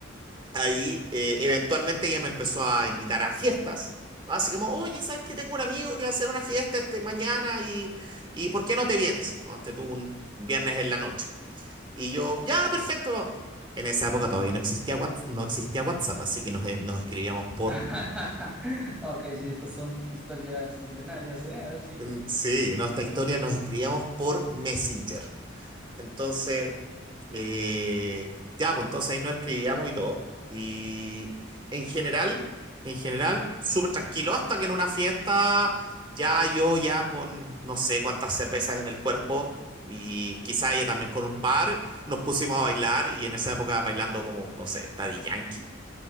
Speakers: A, on the right (about 25°); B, in the centre.
A: Ahí eh, eventualmente ella me empezó a invitar a fiestas. ¿no? Así como, oye, ¿sabes que tengo un amigo que va a hacer una fiesta este mañana y, y ¿por qué no te vienes? Ponte tú un viernes en la noche. Y yo, ya, perfecto. En esa época todavía no existía WhatsApp, no existía WhatsApp, así que nos, eh, nos escribíamos por...
B: <laughs> Ok, sí, estas son historias milenarias, ¿eh? A ver, sigue.
A: mm, Sí, nuestra historia nos escribíamos por Messenger. Entonces, eh, ya, pues entonces ahí nos escribíamos y todo. Y en general, en general, súper tranquilo, hasta que en una fiesta, ya yo ya con no sé cuántas cervezas en el cuerpo. Y quizá ella también con un par, nos pusimos a bailar y en esa época bailando como, no sé, Daddy Yankee.